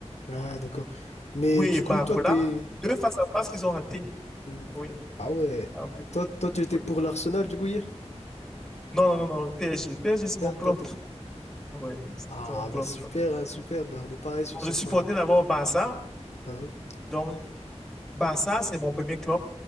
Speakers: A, on the left; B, in the centre.
A: Ah, d'accord. Mais
B: Doué
A: du
B: et Barcola,
A: coup, toi, t'es.
B: deux face-à-face qu'ils ont ratés.
A: Mhm.
B: Oui.
A: Ah ouais.
B: Un peu.
A: Toi, toi, tu étais
B: Oui.
A: pour l'Arsenal, du coup, hier?
B: Non, non, non, non, PSG. PSG, c'est
A: Toi,
B: mon
A: toi,
B: club.
A: t'es-
B: Oui,
A: Ah,
B: c'est mon club.
A: bah super, hein, super. Ben,
B: Oui.
A: on est pareil sur
B: Donc,
A: ce
B: Je supportais
A: point-là.
B: d'abord Barça.
A: Hein
B: Donc, Barça, c'est mon premier club.